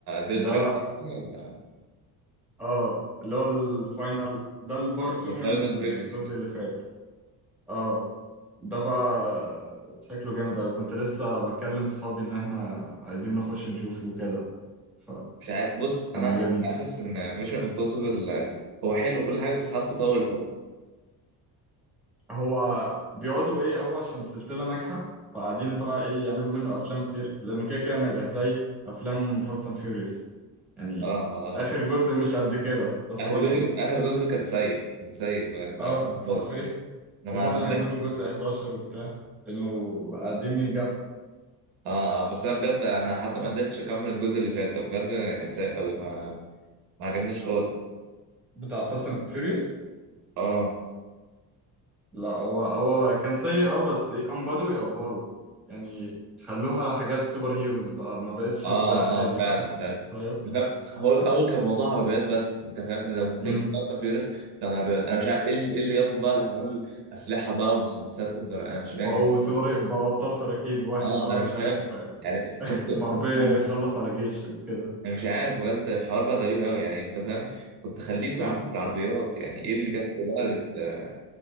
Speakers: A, on the right; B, in the centre.
A: ذا ديريكتنج
B: ده
A: ولا
B: اه اللي هو الفاينل ده البارتو
A: ذا
B: من
A: فاينل ديريكتنج
B: الجزء اللي فات اه ده بقى شكله جامد أوي كنت لسه بكلم صحابي إن احنا عايزين نخش نشوفه كده فكان
A: مش عارف بص انا
B: عاجبني
A: حاسس ان ميشن امبوسيبل هو حلو كل حاجه بس حاسه طول قوي
B: هو بيقعدوا ايه هو عشان السلسلة ناجحة فقاعدين بقى ايه يعملوا منه أفلام كتير لأنه كده كده ناجح زي أفلام فاست أند فيوريوس يعني
A: اه آه.
B: آخر جزء مش قد كده بس
A: اخر
B: هو ناجح
A: جزء اخر جزء كان سيء كان سيء معاك
B: اه حرفيا
A: خالص انا
B: وبرضه
A: ما ما قدرت
B: هيعملوا جزء 11 وبتاع لأنه قاعدين ينجحوا
A: اه آه، بس انا بجد انا حتى ما قدرتش اكمل الجزء اللي فات ده بجد كان سيء قوي ما ما عجبنيش خالص
B: بتاع فاست اند فيوريوس
A: اه
B: لا هو هو كان سيء اه بس هم بدأوا يأفوروا يعني خلوها حاجات سوبر هيروز بقى ما بقتش
A: اه
B: سباق عادي
A: اه فعلا
B: بقى
A: فعلا
B: فاهم
A: لا، هو الاول
B: ف-
A: كان موضوع عربيات بس انت فاهم لو تفتكر
B: مم.
A: اصلا فيوريوس كان عربيات انا مش عارف ايه اللي إيه اللي جابهم بقى لحوار الاسلحه بقى والمسدسات والجرائم انا مش
B: بقوا
A: فاهم
B: سوبر بقوا أبطال خارقين واحد
A: اه
B: بقى
A: انا مش
B: مش عارف
A: عارف يعني كنت
B: بعربية
A: كنت
B: يخلص على جيش وكده
A: انا مش عارف بجد الحوار بقى غريب قوي يعني انت فاهم كنت خليكوا
B: مم.
A: يا عم في العربيات يعني ايه اللي جابكوا بقى لل-